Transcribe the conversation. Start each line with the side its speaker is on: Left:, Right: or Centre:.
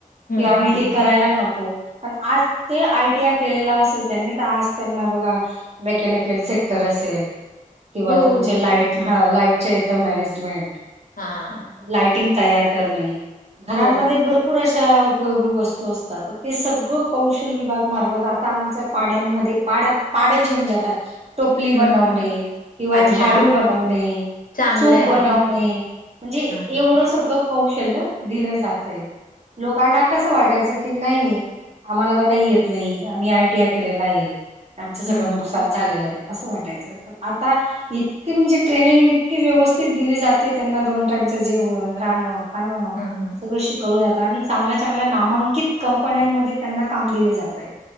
Left: हम्म
Right: कि आम्ही
Left: हम्म
Right: हे --
Left: हम्म.
Right: करायला नको. प आज ते आयटीआय केलेला असेल त्यांनी तर आज त्यांना बघा -- मेकॅनिकल सेक्टर असेल. किंवा
Left: हो
Right: तुमचे लाईट ह लाईटच्या यथं मॅनेजमेंट.
Left: हा.
Right: लायटिंग तयार करणे. घरांमध्ये
Left: हो
Right: भरपूर अस उपयोगी वस्तू असतात. ते सगळं कौशल विभाग मार्फत आता आमच्या पाड्यांमध्ये पाड्या -- पाडे जिवन जातात. टोपली बनवणे
Left: हम्म हम्म हम्म
Right: किंवा
Left: अच्छा
Right: झाडू बनवणे.
Left: चांगलं
Right: सूप
Left: आहे
Right: बनवणे म्हणजे
Left: हम्म
Right: एवढं सगळं कौशल्य दिलं जात आहे <unintelligible> आम्हांला तर काही येत नाही आम्ही आयटीआय केलेला आहे आमचं सगळं
Left: हम्म
Right: नुकसान झालेलं आहे असं वाटायचं पण आता इतके म्हणजे ट्रेनिंग इतकी व्यवस्थ दिली जाते त्यांना दोन टाईमच जेवण राहणं खाणं
Left: हम्म हम्म हम्म.
Right: सगळं श <inaudible> आणि चांगल्या चांगल्या नामांकित कंपन्यांमध्ये त्यांना काम दिले जातंय